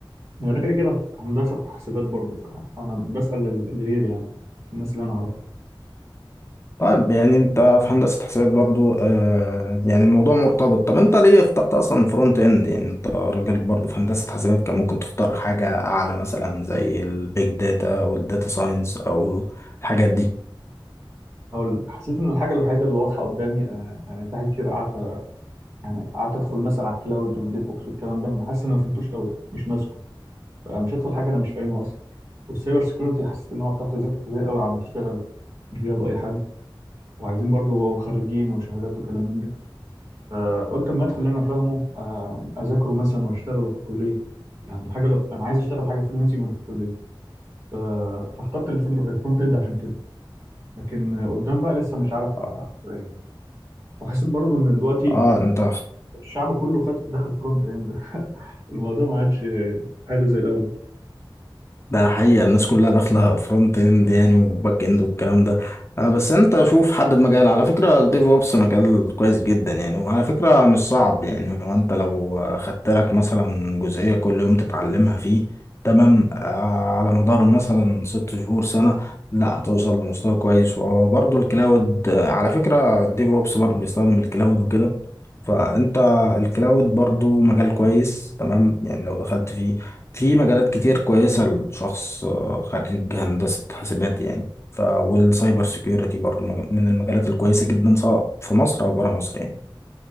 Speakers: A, on the right (about 35°); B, on the left (about 30°).
A: وانا كده كده في هندسه حاسبات برضه فانا بسال لل- لغيري يعني الناس اللي انا اعرفها
B: طيب يعني انت في هندسة حسابات برضو آه يعني الموضوع مرتبط طب انت ليه اخترت اصلا فرونت اند يعني انت راجل برضو في هندسة حسابات كان ممكن تختار حاجة اعلى مثلا زي البيج داتا والداتا ساينس او الحاجات دي
A: هقول لك، حسيت ان الحاجه الوحيده اللي واضحه قدامي آه، يعني في حاجات كتير قعدت قعدت ادخل مثلا على الكلاود والديف اوبس والكلام ده ما حاسس ان أنا ما فهمتوش قوي مش ماسكه مش هدخل حاجه انا مش فاهمها اصلا والسايبر سكيورتي حسيت ان هو بتاع تذاكر كتير قوي عم تشتغل مش بياخدوا اي حد وعايزين برضو خريجين وشهادات وكلام من ده فقلت اما ادخل اللي انا فاهمه آه، اذاكره مثلا واشتغله في الكليه يعني الحاجه لو انا عايز اشتغل حاجه فريلانسنج وانا في الكليه ف... فاخترت الفريل- الفرونت اند عشان كده لكن قدام بقى لسه مش عارف اختار
B: اه
A: ايه وحسيت برضو ان دلوقتي
B: آه، انت
A: الشعب كله خد دخل فرونت اند <laughs> الموضوع ما عادش حلو زي الاول
B: ده حقيقة الناس كلها داخلة فرونت اند يعني وباك اند والكلام ده آه، بس انت شوف حدد مجال على فكرة الديف اوبس مجال كويس جدا يعني وعلى فكرة مش صعب يعني هو انت لو آه، خدت لك مثلا جزئية كل يوم تتعلمها فيه تمام آه، على مدار مثلا ست شهور سنة لا هتوصل لمستوى كويس وبرضه الكلاود آه، على فكرة الديف اوبس برضه بيستخدم الكلاود وكده فانت الكلاود برضه مجال كويس تمام يعني لو دخلت فيه في مجالات كتير كويسة لشخص آه، خريج هندسة حاسبات يعني ف والسايبر سيكيورتي برضو مج- من المجالات الكويسة جدا سواء في مصر أو برا مصر يعني